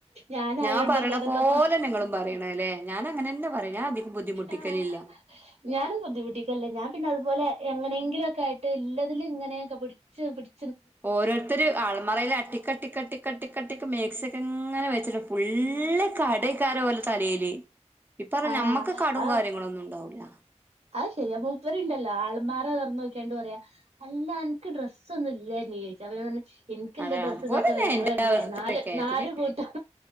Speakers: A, on the right; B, on the right.
A: ഞാനായോണ്ടല്ലേ
B: ഞാൻ പറിണ
A: എന്നൊക്കെ
B: പോലന്നെ
A: പറ
B: ഇങ്ങളും പറിണെ ല്ലെ ഞാന് അങ്ങനെന്നാ പറയും ഞാൻ അധികം ബുദ്ധിമുട്ടിക്കലില്ല
A: ആഹ് ഞാനും ബുദ്ധിമുട്ടിക്കല്ല ഞാൻ പിന്നെ അതുപോലെ എങ്ങനെങ്കിലൊക്കായിട്ട് ഇല്ലതില് ഇങ്ങനൊക്കെ പിട്ച്ച് പിട്
B: ഓരോര്ത്തര് അൾമറീല് അട്ടിക്കട്ടിക്കട്ടിക്കട്ടിക്ക് മേക്സിക്കങ്ങനെ വെച്ചിട്ടുണ്ടാവും ഫു ള്ള് കടെക്കാരം ഓലെ തലേല് ഈ പറഞ്ഞ
A: ആഹ്
B: നമ്മക്ക് കടും
A: ആഹ്
B: കാര്യങ്ങളൊന്നും ഇണ്ടാവൂല
A: അത് ശരിയാ മൂപ്പരുണ്ടല്ലോ ആൾമാറ തൊറന്നോക്കാണ്ട് പറയാ അല്ല അൻക്ക് ഡ്രസ്സൊന്നുല്ലണ്ണീ ജപ്പം ഞാ പർഞ്ഞ് എനക്ക്ല്ല
B: അത
A: ഡ്രസ്സ്
B: അതുപോലെന്നെ
A: ഇതൊക്കെ തന്നെ ഞങ്ങള്
B: എന്റെ
A: കണ്ടില്ലെ
B: അവസ്ഥയൊക്കെ
A: നാല് നാല്
B: പിന്നെ
A: കൂട്ടം